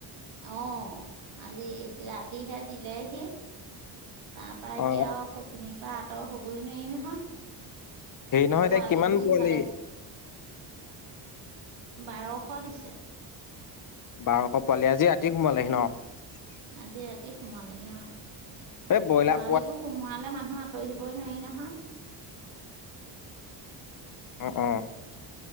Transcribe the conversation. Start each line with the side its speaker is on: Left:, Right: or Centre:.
Right: অ', আজি ৰাতিহে দিলেহি। তাৰ পৰা
Left: অ
Right: এতিয়া আৰু সখিনি পাত তও হ'বই নোৱাৰি নহয়।
Left: হে, নহয়,
Right: পোৱালিবোৰ
Left: এতিয়া কিমান পোৱালি?
Right: ইফালে বাৰশ দিছে।
Left: বাৰশ পোৱালি, আজি ৰাতি সোমালে হি ন'।
Right: আজি ৰাতি সোমালে অ'।
Left: এই ব্ৰইলাৰ
Right: পোৱালিবোৰ সোমোৱালে মানুহৰ ৰহিবই, নোৱাৰি নহয়।
Left: অ', অ',